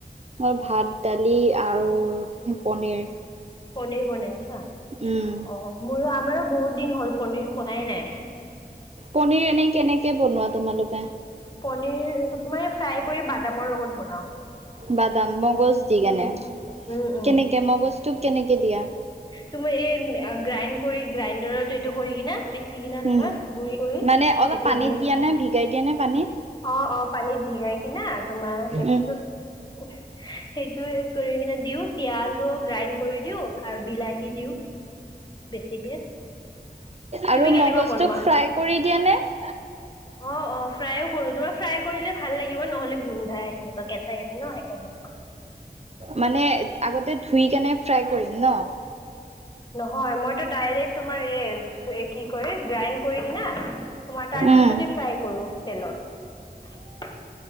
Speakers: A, on the right; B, on the left.
A: ম ভাত দালি আৰু পনীৰ
B: পনীৰ বনাইছা অ
A: উম,
B: মোৰো আমাৰো বহুত দিন হ'ল পনিৰ খোৱাই নাই
A: পনিৰ এনে কেনেকে বনোৱা তোমালোকে
B: পনিৰ মই ফ্ৰাই কৰি বাদামৰ লগত বনাও
A: বাদাম মগজ দি
B: উম
A: কেনে।
B: উম উম
A: কেনেকে মগজটোক কেনেকে দিয়া?
B: তোমাৰ এই গ্ৰাইণ্ড কৰি গ্ৰাইণ্ডাৰত এইটো কৰি কিনে পি- <unintelligible> চি কিনা তোমাৰ
A: উম,
B: গুৰি কৰি সেইটোত
A: মানে অলপ পানীত
B: দিম।
A: দিয়া নে ভিগাই দিয়া নে পানীত?
B: অ অ পানীত ভিগাই কিনা তোমাৰ তাৰপিছত
A: উম,
B: <unintelligible> সেইটো কৰি কিনে দিও, পিয়াজো গ্ৰাইণ্ড কৰি দিও আৰু বিলাহী দিও। বেছিকে তুমি
A: আৰু
B: কেনেকুৱা
A: মগজটোক
B: বনোৱা
A: ফ্ৰাই কৰি দিয়ে নে? <unintelligible>
B: অ অ ফ্ৰাইও কৰো, তোমাৰ ফ্ৰাই কৰিলে ভাল লাগিব নহলে গোন্ধাই এনে। কেঁচা কেচা ন সেইকাৰণে।
A: মানে আগতে ধুই কেনে ফ্ৰাই কৰিম ন?
B: নহয় মইতো ডাইৰেক্ট তোমাৰ এ কি কৰি গ্ৰাইণ্ড কৰি কিনে তোমাৰ তাৰ
A: উম।
B: পিছতে ফ্ৰাই কৰো তেলত।